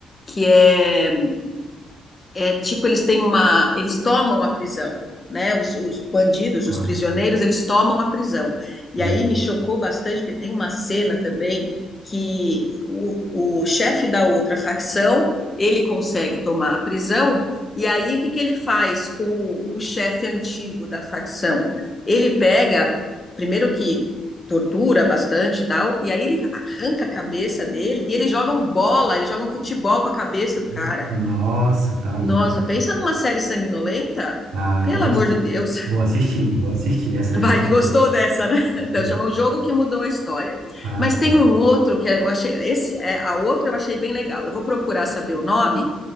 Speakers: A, on the left; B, on the right.
A: que é é, tipo, eles têm uma. Eles tomam a prisão. Né, os, os, bandidos,
B: Ah,
A: os prisioneiros, eles tomam a prisão. E
B: sim.
A: aí me chocou bastante, porque tem uma cena também que o, o chefe da outra facção ele consegue tomar a prisão, e aí o que, que ele faz com o, o chefe antigo da facção? Ele pega, primeiro que tortura bastante e tal, e aí ele arranca a cabeça dele e eles jogam bola, eles jogam futebol com a cabeça do
B: Minha
A: cara.
B: Nossa, tá louco.
A: Nossa, pensa numa série sanguinolenta?
B: Ah,
A: Pelo
B: gostei.
A: amor de Deus.
B: Vou assistir, vou assistir essa
A: <laughs>
B: aí.
A: Vai,
B: gostei,
A: gostou dessa, né? <laughs>
B: gostei.
A: Então, chama O Jogo que Mudou a História.
B: Ah,
A: Mas tem
B: tá.
A: um outro que eu achei, esse, é, a outra eu achei bem legal. Eu vou procurar saber o nome